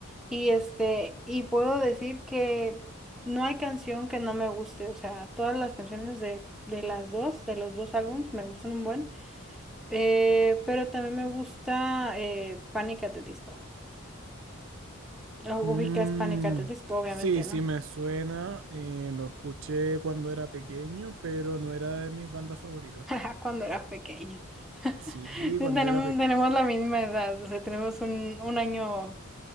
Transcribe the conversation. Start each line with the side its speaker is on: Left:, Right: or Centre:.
Centre: y este, y puedo decir que no hay canción que no me guste, o sea, todas las canciones de, de las dos, de los dos álbumes, me gustan un buen. Eh, pero también me gusta eh, Panic! at the Disco. O-
Right: Mm,
Centre: Ubicas Panic! at the Disco, obviamente,
Right: sí, sí
Centre: ¿no?
Right: me suena. eh, lo escuché cuando era pequeño, pero no era de mis bandas favoritas.
Centre: <laughs> Cuando eras pequeño. <laughs>
Right: Sí,
Centre: Tenemos,
Right: cuando era pequeño.
Centre: tenemos la misma edad, o sea, tenemos un, un año,